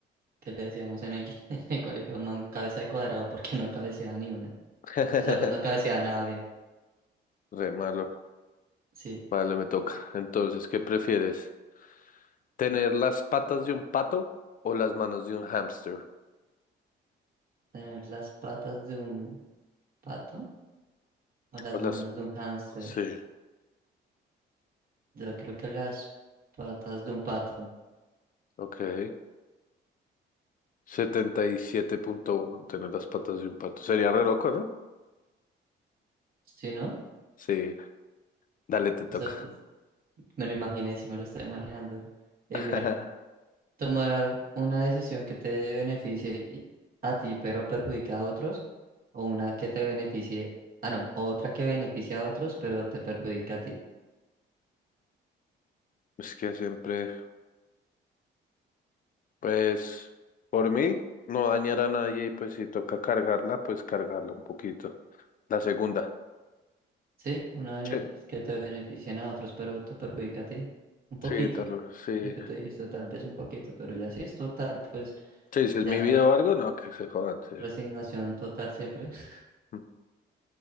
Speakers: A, on the right (about 45°); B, on the left (about 45°).
A: Que le decíamos en el, <laughs> en el colegio, man, cabeza de cuadrado porque no cabeceaba ni una.
B: <laughs>
A: O sea, pues no cabeceaba nada bien.
B: Re malo.
A: Sí,
B: Vale, me toca. Entonces, ¿qué prefieres? ¿Tener las patas de un pato o las manos de un hámster?
A: tener las patas de un pato o las
B: O las...
A: manos de un hámster.
B: Sí,
A: Yo creo que las patas de un pato.
B: ok. setenta y siete punto uno, tener las patas de un pato. Sería re loco, ¿no?
A: ¿Sí, no?
B: Sí, dale, te toca.
A: O sea, pues me lo imaginé, sí me lo estoy imaginando. Eh,
B: <laughs>
A: mira. Tomar una decisión que te beneficie y- a ti, pero perjudica a otros, o una que te beneficie, ah, no, o otra que beneficie a otros, pero te perjudica a ti.
B: Es que siempre, pues, por mí, no dañar a nadie y pues si toca cargarla, pues cargarla un poquito. La segunda.
A: Sí, una benefi-
B: Sí,
A: que te beneficien a otros, pero te perjudica a ti. Un poquito,
B: sí, tal vez, sí.
A: lo que tú dijiste, tal vez un poquito, pero ya si es total, pues
B: Sí, si
A: ya
B: es mi vida o algo, no, que se jodan, sí.
A: resignación total siempre <laughs>
B: Ujú.